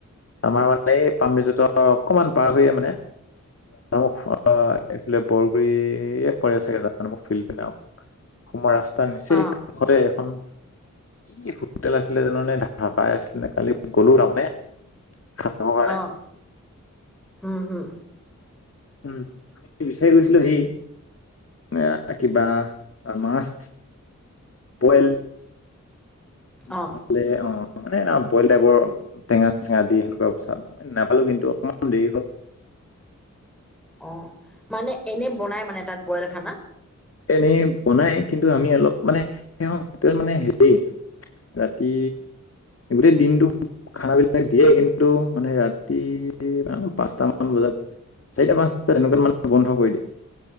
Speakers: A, on the left; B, in the centre.
A: আমাৰ মানে এই পামজত অকমান পাৰ হৈয়ে মানে। মোক অ এইফালে বৰগুৰিয়ে পৰে চাগে জান মোক ফিল্ড পিনে। সোমোৱা ৰাস্তাৰ নিচেই
B: অ
A: কাষতে এখন। কি হোটেল আছিলে জানানে ধাপাই আছিলে নে কালি গ'লো তাৰমানে। খাবৰ কাৰণে
B: আহ উম হম।
A: উম আমি বিচাৰি গৈছিলো সি। এ কিবা মাছ বইল। নহলে
B: অ
A: অ মানে বইল টাইপৰ টেঙা চেঙা দি সেনেকুৱা নাপালো কিন্তু অকণমান দেৰি হ'ল।
B: অ মানে এনে বনাই মানে তাত বইল খানা।
A: এনেই বনাই কিন্তু আমি অলপ মানে সেই মানে হেৰি। ৰাতি গোটেই দিনটো খানাবিলাক দিয়ে কিন্তু মানে ৰাতিান পাঁচট মান বজাত। চাৰিটা পাঁচটা তেনেকুৱাত মানে বন্ধ কৰি দিয়ে।